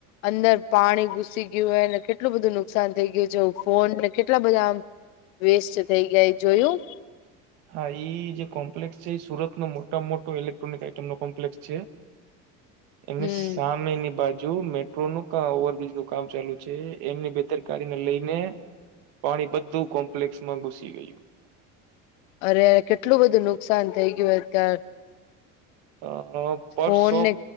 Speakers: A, on the left; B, on the right.
A: અંદર પાણી ઘુસી ગયું હેને કેટલું બધું નુકસાન થઈ ગયું જો ફોનને કેટલા બધા આમ વેસ્ટ થઈ ગા એ જોયું?
B: હા ઈ જે કોમ્પ્લેક્સ છે એ સુરતનો મોટામાં મોટો ઇલેક્ટ્રોનિક આઈટમનો કોમ્પ્લેક્ષસ છે. એની
A: હમ
B: સામેની બાજુ મે ટ્રોનુ ઓવરબ્રીજ નું કામ ચાલુ છે એમની બેદરકારીને લઈને પાણી બધું કોમ્પ્લેક્સમાં ઘુસી ગયું.
A: અરે કેટલું બધું નુકસાન થઈ ગયુ એ ત્યાંર.
B: અ પર
A: ફોનને
B: શોપ